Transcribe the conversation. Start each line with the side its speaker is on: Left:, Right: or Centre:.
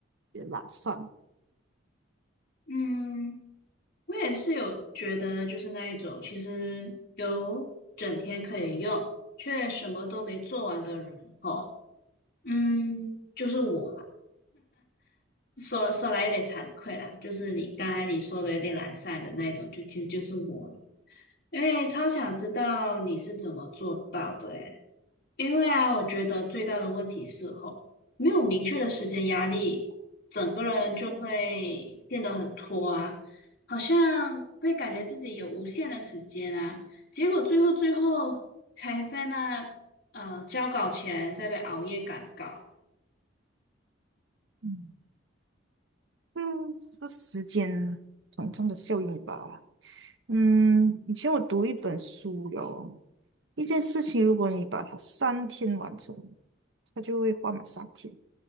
Right: 也懒散。
Left: 嗯。我也是有觉得，就是那一种，其实有整天可以用，却什么都没做完的人，哦，嗯，就是我啦。说说来有点惭愧啦，就是你刚才你说的有点懒散的那一种，就其实就是我了。因为超想知道你是怎么做到的诶因为啊，我觉得最大的问题是吼，没有明确的时间压力，整个人就会变得很拖啊，好像会感觉自己有无限的时间啊，结果最后最后才在那呃交稿前再被熬夜赶稿。
Right: 嗯。嗯，是时间膨胀的效应吧？嗯，以前我读一本书哟，一件事情，如果你把它三天完成，它就会花满三天；